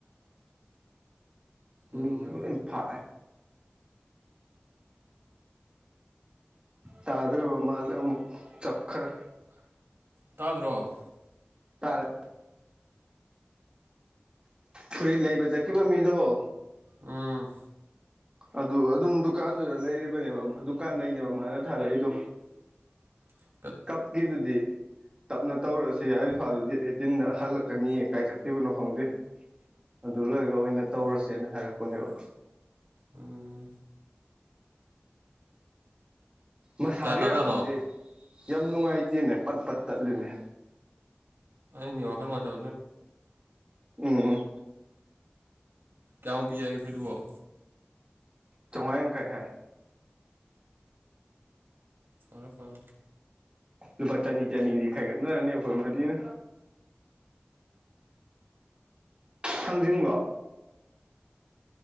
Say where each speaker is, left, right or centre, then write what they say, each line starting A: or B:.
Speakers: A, on the right; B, on the right.
A: ꯎꯝ
B: ꯃꯤꯡꯒ ꯂꯣꯏ ꯐꯥꯛꯑꯦ ꯇꯥꯗꯔꯕ ꯃꯥꯟꯂꯦ ꯑꯃꯨꯛ ꯆꯞꯈꯔ
A: ꯇꯥꯗ꯭ꯔꯣ
B: ꯇꯔꯦ ꯐꯨꯔꯤꯠ ꯂꯩꯕ ꯆꯠꯈꯤꯕ ꯃꯤꯗꯣ
A: ꯎꯝ
B: ꯑꯗꯨ ꯑꯗꯨꯝ ꯗꯨꯀꯥꯟꯗꯨꯗ ꯂꯩꯔꯤꯕꯅꯦꯕ ꯗꯨꯀꯥꯟꯗꯩꯅꯦꯕ ꯃꯥꯅ ꯊꯥꯔꯛꯏꯗꯣ
A: <unintelligible>
B: ꯀꯞꯀꯤꯗꯨꯤꯗꯤ ꯇꯞꯅ ꯇꯧꯔꯁꯦ ꯑꯩꯗꯤ ꯐꯥꯗ ꯗꯦꯠ ꯑꯩꯠꯇꯤꯟꯗ ꯍꯜꯂꯛꯀꯅꯤ ꯀꯥꯏꯖꯈꯤꯕꯅꯣ ꯈꯪꯗꯦ ꯑꯗꯨ ꯂꯣꯏꯔꯒ ꯑꯣꯏꯅ ꯇꯧꯔꯁꯦꯅ ꯍꯥꯏꯔꯛꯄꯅꯦꯕ
A: ꯎꯝ
B: ꯃꯁꯥꯒꯤ
A: ꯀꯌꯥ ꯇꯥꯖꯥꯠꯅꯣ
B: ꯔꯥ ꯈꯪꯗꯦ ꯌꯥꯝ ꯅꯨꯡꯉꯥꯏꯇꯦꯅꯦ ꯄꯠ ꯄꯠ ꯇꯠꯂꯤꯅꯦ
A: ꯑꯩꯅꯤ ꯋꯥꯈꯜ ꯃꯗ
B: ꯎꯝ
A: ꯀꯌꯥꯃꯨꯛ ꯄꯤꯏꯒꯦ ꯐꯤꯑꯣꯣ
B: ꯆꯥꯝꯉ ꯌꯥꯡꯈꯩ ꯍꯥꯏ
A: ꯐꯔꯣ ꯐꯥꯎ
B: ꯂꯨꯄꯥ ꯆꯅꯤ ꯆꯅꯤꯗꯤ ꯈꯥꯏꯒꯠꯅꯔꯅꯤ ꯑꯩꯈꯣꯏ ꯃꯗꯤꯅ ꯊꯥꯡꯖꯅꯤꯡꯕꯣ